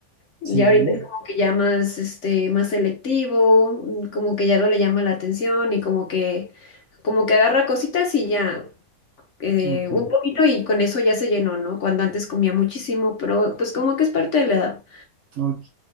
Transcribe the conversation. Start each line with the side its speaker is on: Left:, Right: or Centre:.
Left: Ya
Right: sí,
Left: ahorita es como que ya más, este, más selectivo, mm, como que ya no le llama la atención y como que, como que agarra cositas y ya eh,
Right: ok,
Left: un poquito y con eso ya se llenó, ¿no? Cuando antes comía muchísimo, pero pues como que es parte de la edad.
Right: ok.